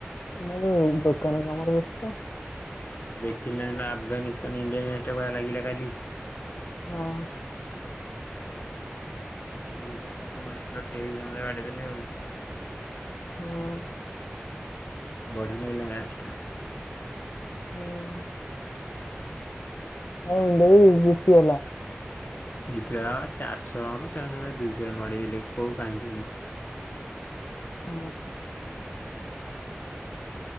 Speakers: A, on the left (about 70°); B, on the left (about 45°).
A: ଏ ଦୋକାନ କାମର ବେସ୍ତ।
B: ଦେଖ ନା ନା ଅଫଗାନିସ୍ତାନ ଇଡିଆ ନଷ୍ଟା କର ଲାଗିଲ କାଲି।
A: ହଁ।
B: କିସାନିକି ଜାଣିଲ ସେ ମନ ଠ ବାଡିଇଦେଲି ଆଉ।
A: ହଁ
B: ବଢା ନଲେ ମ୍ୟାଚ ଟା।
A: ହଁ ଆ ନିଇଟ ଜିତିଗଲା।
B: ଜିତିବା ଚାରିଶହ ରନ୍ ସାଙ୍ଗେ ସାଙ୍ଗେ ଦୁଇଶହ ରନ୍ ମାଡେଇଦେଲେ କୋଉ କାହିଁକିନି।
A: ହ।